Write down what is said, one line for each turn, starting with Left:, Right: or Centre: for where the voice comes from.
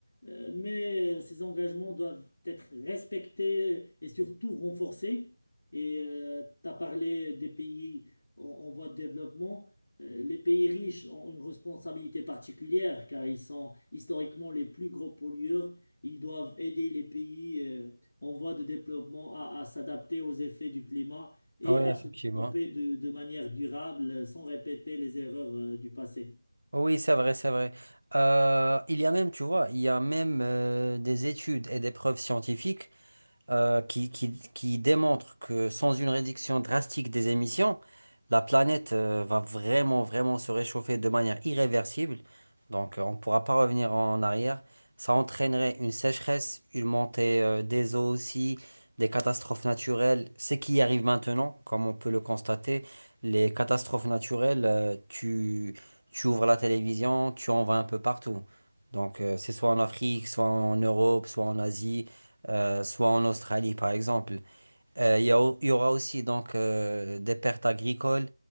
Left: Euh, mais euh, ces engagements doivent être respectés et surtout renforcés. Et tu as parlé des pays en, en voie de développement. Euh, Les pays riches ont une responsabilité particulière car ils sont historiquement les plus gros pollueurs ils doivent aider les pays euh, en voie de développement à, à s'adapter aux effets du climat et
Right: oui,
Left: à
Right: effectivement.
Left: se développer de, de manière durable euh, sans répéter les erreurs euh, du passé.
Right: Oui, c'est vrai, c'est vrai. Euh, il y a même, tu vois, il y a même euh, des études et des preuves scientifiques euh, qui, qui, qui démontre que sans une réduction drastique des émissions, la planète euh, va vraiment, vraiment se réchauffer de manière irréversible. Donc, euh, on ne pourra pas revenir en arrière. Ça entraînerait une sécheresse, une montée euh, des eaux aussi, des catastrophes naturelles. Ce qui arrive maintenant, comme on peut le constater, les catastrophes naturelles, euh, tu, tu ouvres la télévision, tu en vois un peu partout. Donc, euh, c'est soit en Afrique, soit en Europe, soit en Asie euh, soit en Australie par exemple. Euh, Il y a au- il y aura aussi donc euh, des pertes agricoles